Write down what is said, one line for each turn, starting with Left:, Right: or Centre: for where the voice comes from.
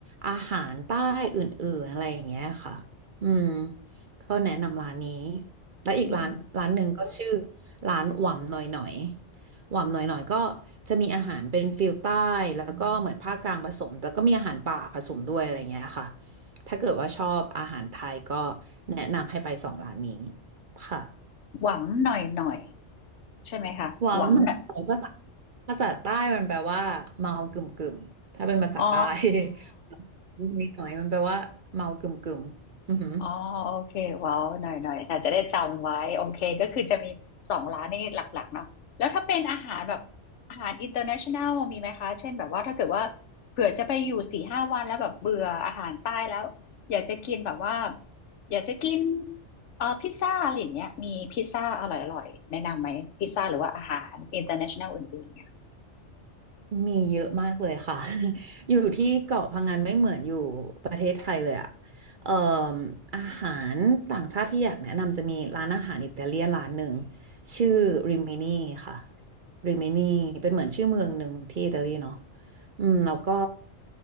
Right: อาหารใต้อื่นๆอะไรอย่างเงี้ยค่ะ อืมเขาแนะนำร้านนี้แล้วอีกร้านร้านหนึ่งก็ชื่อ
Left: อืม
Right: ร้านหว่ำหน่อยหน่อยหว่ำหน่อยหน่อยก็จะมีอาหารเป็นฟิลใต้แล้วก็เหมือนภาคกลางผสมแต่ก็มีอาหารป่าผสมด้วยอะไรเงี้ยค่ะถ้าเกิดว่าชอบอาหารไทยก็แนะนำให้ไปสองร้านนี้ค่ะ
Left: หวังหน่อยหน่อยใช่ไหมคะหวังหน่อย
Right: หว่ำหน่อยหน่อยภาษาภาษาใต้มันแปลว่าเมากึ่มกึ่มถ้าเป็นภาษาใต้
Left: อ๋อ
Right: <laughs> นิดหน่อยมันแปลว่าเมากึ่มกึ่มอือหือ
Left: อ๋อโอเคว้าวหน่อยหน่อยค่ะจะได้จำไว้โอเคก็คือจะมีสองร้านนี่หลักๆเนาะแล้วถ้าเป็นอาหารแบบอาหารอินเ r อร์เนชั่นแนลมีไหมคะเช่นแบบว่าถ้าเกิดว่าเผื่อจะไปอยู่สี่ห้าวันแล้วแบบเบื่ออาหารใต้แล้วอยากจะกินแบบว่าอยากจะกินเอ่อพิซซ่าอะไรอย่างเงี้ยมีพิซซ่าอร่อยๆแนะนำไหมพิซซ่าหรือว่าอาหารอินเตอร์เนชั่นแนลอื่นๆเนี่ย
Right: มีเยอะมากเลยค่ะ <laughs> อยู่ที่เกาะพังงานไม่เหมือนอยู่ประเทศไทยเลยอะเอ่ออาหารต่างชาติที่อยากแนะนำจะมีร้านอาหารอิตาเลียนร้านหนึ่งชื่อริมินีค่ะริมินีเป็นเหมือนชื่อเมืองหนึ่งที่อิตาลีเนาะ อืมแล้วก็